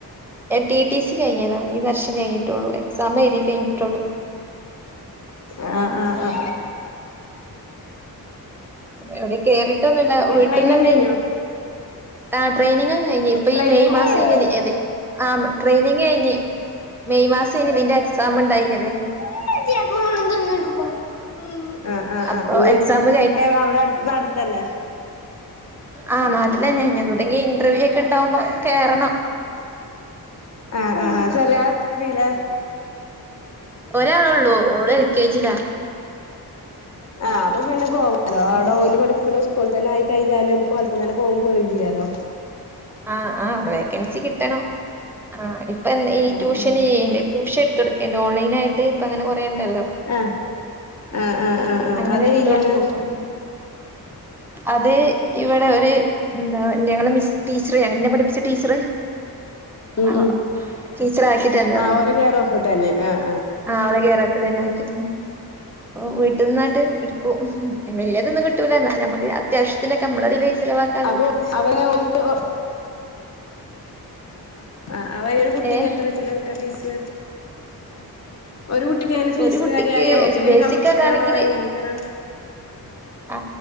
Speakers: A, in the centre; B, on the left (about 40°).
A: ടി ടി സി കഴിഞ്ഞതാ ഈ വർഷം കഴിഞ്ഞിട്ടൊള്ളു എക്സാം എഴുതി കഴിഞ്ഞിട്ടൊള്ളു
B: അ ആ ആ ആ
A: എവിടിം കേറിട്ടൊന്നുല്ല വീട്ടിന്നേയ്ന്ത്യ
B: ട്രെയിനിങ് കഴിഞ്ഞോ
A: ആ ട്രെയിനിങ്ങോക്കെ കഴിഞ് ഇപ്പൊ
B: ട്രെയിനിങ്
A: ഈ മെയ് മാസം
B: കഴിഞ്ഞോ
A: ഇനി ആ ട്രെയിനിങ് കഴിഞ് മെയ് മാസേയ്ന് ഇതിന്റെ എക്സാം ണ്ടായിനത്
B: <unintelligible> ആഹ് ആഹ്
A: അപ്പൊ
B: ആ ഇഞ്ഞി
A: എക്സാം
B: ഏ അവടെ അടുത്ത് നാട്ടി തന്നെ
A: ആ
B: ആഹ്
A: നാട്ടിലന്നെ ഇഞ്ഞി എങ്ങോട്ടേക്ക്ഇന്റർവ്യൂ ക്കെ ണ്ടാവുമ്പോ കേറണം
B: ആഹ് ആഹ് ആ് ചെറിയാളത്രില
A: ഒരാളൊ ള്ളൂ ഓള എൽകെജില
B: ആ അപ്പൊ പിന്നെ പോവാലോ അവടെ
A: ഉം
B: ഓല് പഠിക്കണ സ്കൂളി തന്നെ ആയി കഴിഞ്ഞാലും നമുക്ക് ഓലപ്പംതന്നെ പോവും പോരും ചെയാലോ
A: ആഹ ആ അവ്ടെ വേക്കൻസി കിട്ടണോം ആഹ് ഇപ്പ ഈ
B: ആഹ്
A: ട്യൂഷൻ ചെയ്യേണ് ണ്ട് ട്യൂഷൻ എടത്ത് കൊടക്കണണ്ട് ഓൺലൈനായിട്ട് ഇപ്പ അങ്ങനെ അറിയെണ്ടല്ലോ
B: ആഹ് ആഹ് ആഹ് ആഹ് ആഹ്
A: അങ്ങനെ
B: അതേയിലാണ്
A: എടുത്തൊടുക്കും അത് ഇവിടെ ഒര് എന്താ ഞങ്ങളെ ടീച്ചറ് എന്നെ പഠിപ്പിച്ച ടീച്ചറ്
B: ഉം
A: ആ
B: ഉം
A: ടീച്ചറാ ക്കിതന്നതാ
B: ആഹ് ഓലെ കെയർ ഓഫ് തന്നെ ആഹ്
A: ആഹ് അവളെ കേറപ്പിലന്നെ ആക്കിതന്നെ ഒ വീട്ടന്നാട്ട് ഇട്ക്കും വല്ിയതൊന്നും കിട്ടൂല ന്നാലും നമക്ക് അത്യാവശ്യത്തിനൊക്കെ നമ്മളതില് ചെലവാക്കല്ലതോക്കെ
B: അപ്പൊ അവനെ ഓൽക്ക് ആ അവടെ ഒരു കുട്ടിക്ക്
A: ഏഹ്
B: എത്ര വെച്ച്ട്ട കിട്ടാ ഫീസ് ഒരു കുട്ടിക്ക് എങ്ങനെ ഫീസ്
A: ഒരു കുട്ടിക്ക്
B: കര്യാ ഞമ്മക്ക് എങ്ങനെ
A: ബേസിക്
B: കമ്മീഷനാണോ
A: ഒക്കെ ആണെങ്കില്
B: എങ്ങനെക്കാരം
A: ആ